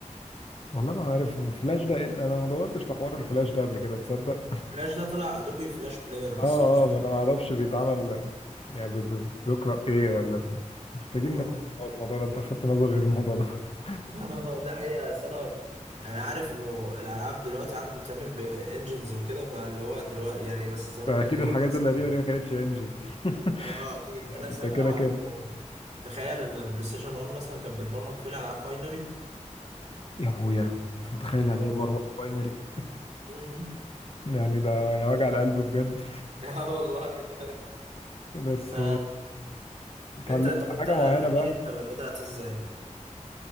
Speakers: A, on the left (about 50°); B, on the right (about 65°).
A: والله ما عارف من الفلاش ده انا ما دورتش في حوار الفلاش ده قبل كده تصدق
B: فلاش ده طلع ادوبي فلاش بلاير بس
A: اه
B: انا مش فاهم
A: اه ما انا ما اعرفش بيتعمل يعني بي- بي- بيقرا ايه ولا بي- محتاجين
B: اه
A: ندور في الموضوع ده انت لفتت نظري للموضوع ده <laughs>
B: <laughs> ده حقيقه أصل انا يعني عارف انه الالعاب دلوقتي عاد بتعمل بانجنز وكده فاللي هو دلوقتي يعني بس زمان
A: فاكيد
B: كان ايه اللي
A: الحاجات
B: بيحصل
A: القديمه
B: ده
A: دي ما كانتش انجز <laughs>
B: اه اكيد
A: يعني
B: انا سامع
A: ده كده كده
B: انه تخيل ان بلاي ستيشن 1 مثلا كانت بتبرمج فيه الالعاب باينري
A: يا ابويا انت متخيل يعني
B: اه والله
A: ايه برمجه باينري
B: امم
A: يعني ده يا وجع القلب بجد
B: <laughs> اه والله
A: <laughs> بس
B: <laughs> ف
A: اتعلمت
B: انت طب انت
A: حاجه
B: احكي
A: معينه بقى
B: لي انت بدأت ازاي